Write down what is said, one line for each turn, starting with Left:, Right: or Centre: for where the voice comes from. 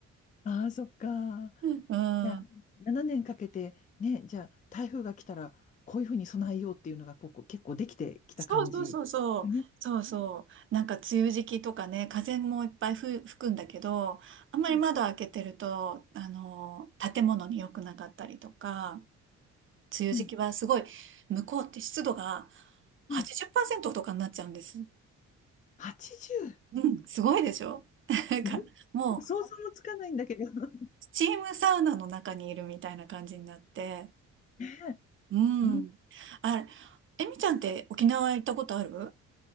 Left: ああー、そっか。
Right: うん。
Left: じゃあ、7年かけて、ね、じゃあ、台風が来たら、こういうふうに備えようっていうのが、ここ結構できてきた感じ。
Right: そうそうそうそう。
Left: うんうん
Right: そうそう。なんか梅雨時期とかね、風もいっぱいふ吹くんだけど、あんまり窓開けてると、
Left: うん
Right: あの、建物に良くなかったりとか、梅雨時期はすごい、
Left: うん
Right: 向こうって湿度が80%
Left: うん。
Right: とかになっちゃうんです。
Left: 80!
Right: うん、すごいでしょ <laughs> なんか、
Left: なん
Right: もう、
Left: 想像もつかないんだけど。<laughs>
Right: スチームサウナの中にいるみたいな感じになって、
Left: ねえ。
Right: うん。
Left: <laughs> うん。
Right: あれ、えみちゃんって沖縄行ったことある